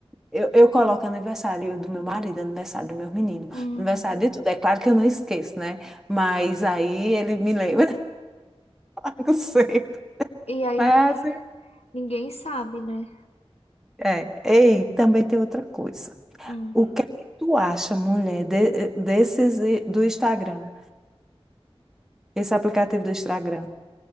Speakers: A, in the centre; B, on the left (about 80°).
A: Eu, eu coloco aniversário do meu marido, aniversário do meu menino,
B: Uhum.
A: aniversário de tudo. É claro que eu não esqueço, né? Mas aí ele me lembra. <laughs> Eu sei.
B: E aí
A: Mas,
B: ninguém, ninguém sabe, né?
A: é. Ei, também tem outra coisa.
B: Hum.
A: O que é que tu acha, mulher, de- desses e- do Instagram? Esse aplicativo do Instagram?